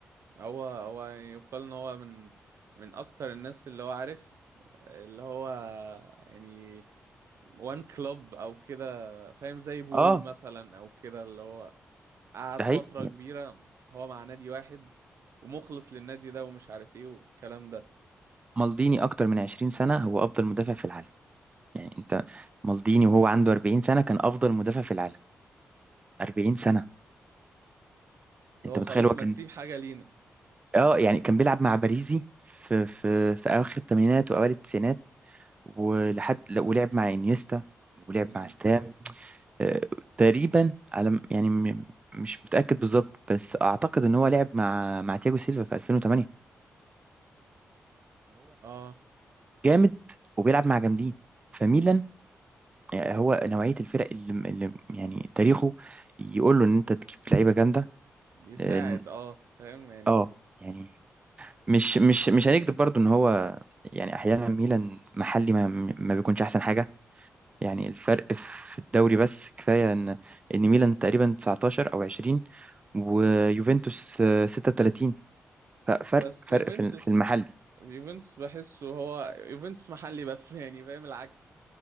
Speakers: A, on the right; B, on the right.
A: هو هو يعني يقال ان هو من من اكتر الناس اللي هو عارف اللي هو يعني وان كلوب او كده فاهم زي بويول
B: اه
A: مثلا او كده اللي هو قعد
B: ده حقيقي
A: فترة كبيرة هو مع نادي واحد ومخلص للنادي ده ومش عارف ايه والكلام ده
B: مالديني اكتر من 20 سنة هو افضل مدافع في العالم يعني انت مالديني وهو عنده 40 سنة كان افضل مدافع في العالم 40 سنة
A: اللي
B: انت
A: هو
B: متخيل
A: خلاص
B: هو
A: ما
B: كان
A: تسيب حاجة لينا
B: اه يعني كان بيلعب مع باريزي في في في اواخر الثمانينات واوائل التسعينات ولحد لا، ولعب مع انيستا ولعب
A: مم.
B: مع ستام آه، تقريبا على م- يعني م- مش متأكد بالظبط بس اعتقد ان هو لعب مع مع تياجو سيلفا في 2008
A: اه
B: جامد وبيلعب مع جامدين فميلان آه، هو نوعية الفرق اللي, اللي يعني تاريخه يقول له ان انت تجيب لعيبة جامدة
A: يساعد
B: لأن-
A: اه فاهم يعني
B: اه يعني مش مش مش هنكذب برضو ان هو يعني احيانا ميلان محلي ما ما بيكونش احسن حاجة يعني الفرق في الدوري بس كفاية ان ان ميلان تقريبا 19 او 20 ويوفنتوس آه، 36 ففرق
A: بس
B: فرق
A: يوفنتوس
B: في في المحل
A: يوفنتوس بحسه هو يوفنتوس محلي بس <laughs> يعني فاهم العكس